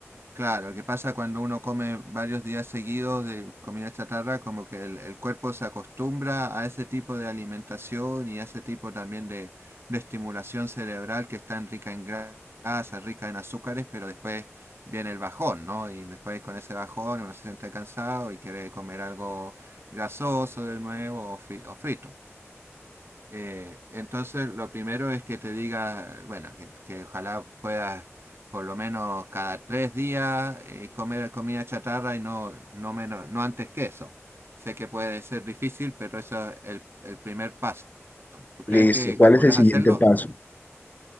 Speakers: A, on the right; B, on the left.
A: Claro, que pasa cuando uno come varios días seguidos de comida chatarra, como que el, el cuerpo se acostumbra a ese tipo de alimentación y a ese tipo también de, de estimulación cerebral que es tan rica en grasa, rica en azúcares, pero después viene el bajón, ¿no? Y después con ese bajón uno se siente cansado y quiere comer algo grasoso de nuevo o, fri- o frito. Eh, entonces, lo primero es que te diga, bueno, que, que ojalá puedas por lo menos cada tres días eh, comer comida chatarra y no, no menos, no antes que eso. Sé que puede ser difícil, pero eso es el, el primer paso. ¿Tú crees
B: Listo,
A: que,
B: ¿cuál
A: que podrás
B: es el siguiente
A: hacerlo?
B: paso?